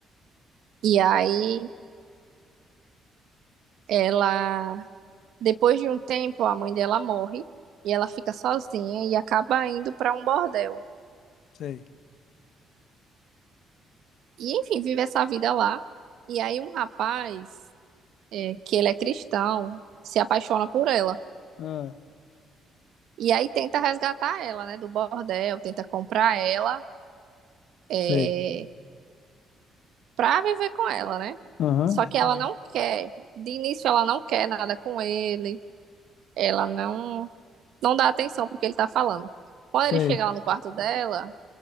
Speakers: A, on the right; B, on the left.
A: E aí, ela. Depois de um tempo, a mãe dela morre. E ela fica sozinha e acaba indo para um bordel.
B: Sei.
A: E enfim, vive essa vida lá. E aí um rapaz, é, que ele é cristão, se apaixona por ela.
B: Ah,
A: E aí tenta resgatar ela, né, do bordel, tenta comprar ela, é,
B: sei.
A: pra viver com ela, né?
B: Aham,
A: Só
B: por
A: que
B: causa.
A: ela não quer. De início ela não quer nada com ele. Ela não não dá atenção pro que ele tá falando. Quando
B: Sei.
A: ele chega lá no quarto dela,